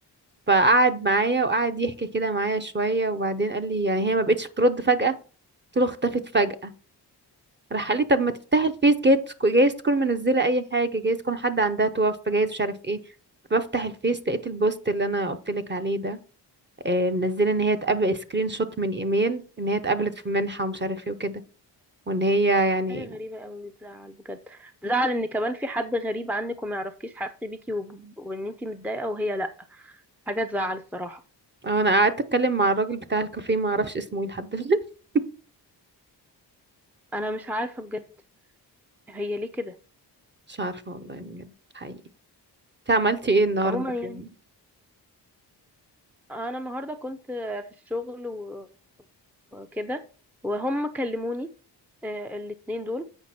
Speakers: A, on the right (about 25°); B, in the centre.
A: فقعد معايا وقعد يحكي كده معايا شوية وبعدين قال لي يعني هي ما بقتش بترد فجأة قلت له اختفت فجأة راح قال لي طب ما تفتح الفيس جايز تك- جايز تكون منزلة أي حاجة جايز تكون حد عندها توفى جايز مش عارف ايه بفتح الفيس لقيت البوست اللي انا قلت لك عليه ده آه، منزله ان هي اتقابل سكرين شوت من ايميل ان هي اتقابلت في منحة ومش عارف ايه وكده وان هي يعني
B: حاجة غريبة قوي بتزعل بجد بتزعل ان كمان في حد غريب عنك وما يعرفكيش حاسس بيكي وب... وان انتي متضايقة وهي لا حاجة تزعل الصراحة
A: اه انا قعدت اتكلم مع الراجل بتاع الكافيه ما اعرفش اسمه ايه لحد دلوقتي <laughs>
B: انا مش عارفة بجد هي ليه كده
A: مش عارفه والله بجد حقيقي انت عملتي ايه النهارده
B: عموما يعني
A: في يوم
B: انا النهاردة كنت في الشغل و- وكده وهم كلموني آه، الاتنين دول